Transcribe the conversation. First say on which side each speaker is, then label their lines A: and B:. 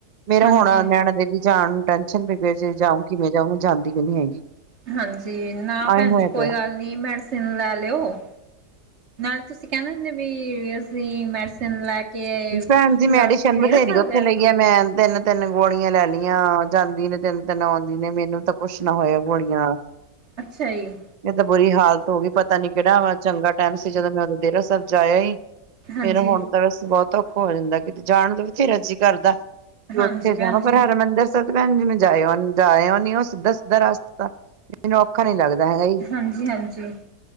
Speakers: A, on the right; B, on the right.
A: ਮੇਰਾ
B: ਹਾਂਜੀ।
A: ਹੁਣ ਨੈਨਾ ਦੇਵੀ ਜਾਣ ਨੂੰ ਟੈਸ਼ਨ ਨੇ ਜੇ ਜਾਓ ਕਿਵੇਂ ਜਾਓ ਮੈਂ ਜਾਂਦੀ ਵੀ ਨੀ ਹੈਗੀ।
B: ਹਾਂਜੀ ਨਾ ਭੈਣ
A: ਆਹੀ ਹੋਇਆ
B: ਜੀ ਕੋਈ
A: ਪਿਆ
B: ਗੱਲ ਨੀ ਮੈਡੀਸਿਨ ਲੈ ਲਿਓ। ਨਾਲ ਤੁਸੀਂ ਕਹਿੰਦੇ ਹੁੰਦੇ ਵੀ ਅਸੀਂ ਮੈਡੀਸਨ ਲੈ ਕੇ
A: ਭੈਣ
B: ਪਿਛਲੀ
A: ਜੀ ਮੈਡੀਸ਼ਨ
B: ਵਾਰ ਤੁਸੀਂ ਡੇਰਾ
A: ਬਥੇਰੀ
B: ਸਾਹਿਬ
A: ਉੱਥੇ
B: ਗਏ
A: ਲਈ
B: ਸੀ।
A: ਆ ਮੈਂ ਤਿੰਨ ਤਿੰਨ ਗੋਲੀਆਂ ਲੈ ਲਈਆਂ ਜਾਂਦੀ ਨੇ ਤਿੰਨ-ਤਿੰਨ ਆਉਂਦੀ ਨੇ। ਮੈਨੂੰ ਤਾਂ ਕੁੱਛ ਨਾ ਹੋਇਆ ਗੋਲੀਆਂ ਨਾਲ।
B: ਅੱਛਾ ਜੀ।
A: ਇਹ ਤਾਂ ਬੁਰੀ ਹਾਲਤ ਹੋ ਗਈ ਪਤਾ ਨੀ ਕਿਹੜਾ ਚੰਗਾ ਟਾਈਮ ਸੀ, ਜਦੋਂ ਮੈਂ ਉਦੋਂ ਡੇਰਾ ਸਾਹਿਬ ਜਾ ਆਏ ਈ।
B: ਹਾਂਜੀ,
A: ਮੇਰਾ ਹੁਣ ਤਾਂ ਵੈਸੇ ਬਹੁਤ ਔਖਾ ਹੋ ਜਾਂਦਾ ਕਿਤੇ ਜਾਣ ਤੋਂ ਬਥੇਰਾ ਜੀ ਕਰਦਾ।
B: ਹਾਂਜੀ
A: ਉੱਥੇ
B: ਭੈਣ
A: ਜਾਣਾ ਪਰ
B: ਜੀ,
A: ਹਰਿਮੰਦਰ। ਭੈਣ ਜੀ ਮੈਂ ਜਾਇ ਜਾਇਓ ਆਉਨੀ ਆ। ਉਹ ਸਿੱਧਾ-ਸਿੱਧਾ ਰਾਸਤਾ ਮੈਨੂੰ ਔਖਾ ਨੀ ਲੱਗਦਾ ਹੈਗਾ ਹੀ।
B: ਹਾਂਜੀ- ਹਾਂਜੀ,